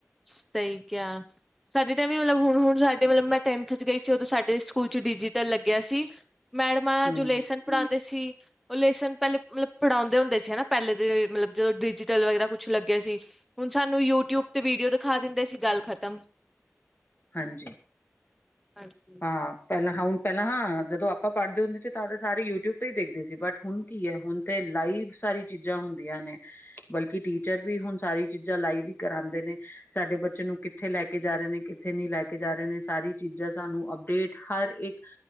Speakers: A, in the centre; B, on the left (about 45°).
A: ਸਹੀ ਕਿਹਾ, ਸਾਡੀੇ ਤਾਂ ਵੀ ਮਤਲਬ ਹੁਣ ਹੁਣ ਸਾਡੇ ਵਲੋਂ, ਮਤਲਬ ਮੈਂ ਟੈਂਥ ਚ ਗਈ ਸੀ ਉਦੋਂ ਸਾਡੇ ਸਕੂਲ ਚ ਡਿਜੀਟਲ ਲੱਗਿਆ ਸੀ, ਮੈਡਮਾਂ
B: ਹੂੰ,
A: ਜੋ ਲੈਸਨ ਪੜਾਉਂਦੇ ਸੀ, ਉਹ ਲੇਸਨ ਪਹਿਲੇ ਮਤਲਬ ਪੜ੍ਹਾਉਦੇੁੰਦੇ ਸੀ ਨਾ ਪਹਿਲੇ ਦੇ ਮਤਲਬ ਜਦੋਂ ਡਿਜੀਟਲ ਵਗੈਰਾ ਕੁ ਕੁੱਛ ਲੱਗਿਆ ਸੀ ਹੁਣ ਸਾਨੂੰ ਯੂਟਿਊਬ ਤੇ ਵੀਡੀਓ ਦਿਖਾ ਦਿੰਦੇ ਸੀ ਗੱਲ ਖ਼ਤਮ।
B: ਹਾਂਜੀ
A: ਹਾਂਜੀ
B: ਹਾਂ ਪਹਿਲਾਂ ਹਾਂ ਹੁਣ ਪਹਿਲਾਂ ਹਾਂ ਜਦੋਂ ਆਪਾਂ ਪੜ੍ਹਦੇ ਹੁੰਦੇ ਸੀ ਤਾਂ ਸਾਰੇ ਯੂਟਿਊਬ ਤੇ ਹੀ ਦੇਖਦੇ ਸੀ ਬਟ ਹੁਣ ਕੀ ਹੈ ਹੁਣ। ਤੇ ਲਾਈਵ ਸਾਰੀ ਚੀਜ਼ਾਂ ਹੁੰਦੀਆਂ ਨੇ ਬਲਕਿ ਟੀਚਰ ਵੀ ਹੁਣ ਸਾਰੀ ਚੀਜ਼ਾਂ ਲਾਈਵ। ਕਰਾਉਂਦੇ ਨੇ ਸਾਡੇ ਬੱਚੇ ਨੂੰ ਕਿੱਥੇ ਲੈ ਕੇ ਜਾ ਰਹੇ ਨੇ ਕਿੱਥੇ ਨਹੀਂ ਲੈ ਕੇ ਜਾ ਰਹੇ ਨੇ ਸਾਰੀ ਚੀਜ਼ਾਂ। ਸਾਨੂੰ ਅਪਡੇਟ ਹਰ ਇੱਕ।